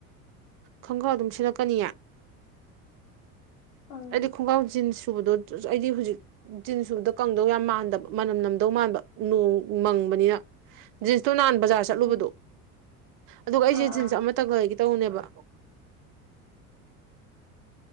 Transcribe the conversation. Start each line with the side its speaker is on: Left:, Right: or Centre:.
Right: ꯈꯪꯒꯥꯎ ꯑꯗꯨꯝ ꯁꯦꯠꯂꯛꯀꯅꯤꯌꯦ
Left: ꯑꯥ
Right: ꯑꯩꯗꯤ ꯈꯣꯡꯒ꯭ꯔꯥꯎ ꯖꯤꯟꯁ ꯁꯨꯕꯗꯣ ꯑꯩꯗꯤ ꯍꯧꯖꯤꯛ ꯖꯤꯟꯁ ꯁꯨꯕꯗꯣ ꯀꯪꯗꯧ ꯌꯥꯝ ꯃꯥꯟꯗꯕ ꯃꯅꯝ ꯅꯝꯗꯧ ꯃꯥꯟꯕ ꯅꯣꯡ ꯃꯪꯕꯅꯤꯅ ꯖꯤꯟꯁꯇꯣ ꯅꯍꯥꯟ ꯕꯖꯥꯔ ꯆꯠꯂꯨꯕꯗꯣ
Left: ꯑꯥ
Right: ꯑꯗꯨꯒ ꯑꯩꯁꯦ
Left: ꯑꯥ
Right: ꯖꯤꯟꯁ
Left: ꯑꯥ
Right: ꯑꯃꯇꯛ ꯂꯩꯒꯦ ꯇꯧꯕꯅꯦꯕ